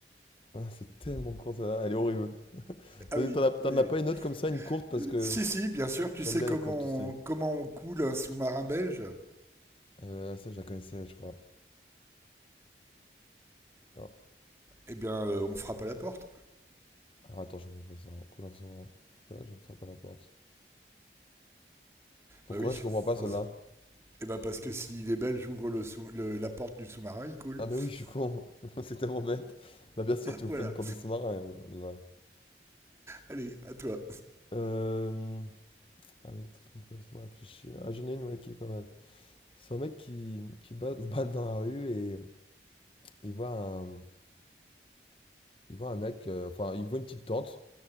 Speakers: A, on the left (about 30°); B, on the right (about 15°).
A: Ah, c'est tellement con ça, elle est horrible.
B: Ah
A: Vas-y,
B: oui,
A: t'en as, t'en
B: oui,
A: as pas une autre comme ça, une courte, parce
B: oui. Euh,
A: que
B: si, si, bien sûr. Tu
A: j'aime
B: sais
A: bien
B: comment,
A: les courtes aussi.
B: comment on coule un sous-marin belge?
A: Euh, ça, je la connaissais, je crois. Non.
B: Eh bien, euh, on frappe à la porte.
A: Ah, attends, je comprends pas ça. Couleur sombre. Là, je me frappe à la porte. Pourquoi
B: Bah oui.
A: je comprends pas
B: Dans...
A: celle-là?
B: Eh ben parce que si les Belges ouvrent le sous- le- la porte du sous-marin, ils coulent.
A: Ah, mais oui,
B: <laughs>
A: je suis con. <laughs> C'est tellement bête. Bah, bien sûr, tu me
B: Voilà.
A: fais une porte de sous-marin, euh, là.
B: Allez, à toi.
A: Euh... Allez, laisse-moi réfléchir. Ah, j'en ai une, ouais, qui est pas mal. C'est un mec qui, qui bat- se bat dans la rue et il voit un, il voit un mec, euh, enfin, il voit une petite tente.